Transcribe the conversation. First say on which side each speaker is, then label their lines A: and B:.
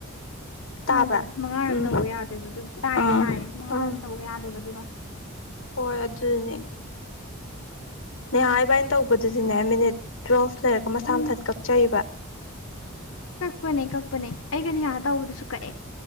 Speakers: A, on the left (about 60°); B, on the left (about 80°).
A: ꯇꯥꯕ꯭ꯔꯥ
B: ꯍꯥꯏꯕꯅꯤ ꯃꯉꯥꯔꯛ
A: ꯎꯝ
B: ꯇꯧꯕ ꯌꯥꯗꯦꯕ ꯑꯗꯨꯒꯤ ꯇꯥꯏꯌꯦ
A: ꯑꯥ
B: ꯇꯥꯏꯌꯦ ꯃꯉꯥꯔꯛ
A: ꯑꯥ
B: ꯇꯧꯕ ꯌꯥꯗꯦꯕ ꯑꯗꯨꯒ
A: ꯍꯣꯏ ꯑꯗꯨꯗꯅꯦ ꯅꯦꯍꯥ ꯏꯕꯥꯏꯅꯤ ꯇꯧꯕꯗꯨꯗꯤꯅꯦ ꯃꯤꯅꯤꯠ ꯇꯨꯋꯦꯜꯐ ꯂꯩꯔꯒ ꯃꯁꯥ
B: ꯎꯝ
A: ꯃꯊꯟ ꯀꯛꯆꯔꯤꯕ
B: ꯀꯛꯄꯅꯦ ꯀꯛꯄꯅꯦ ꯑꯩꯒ ꯅꯤꯍꯥ ꯇꯧꯕꯗꯁꯨ ꯀꯛꯑꯦ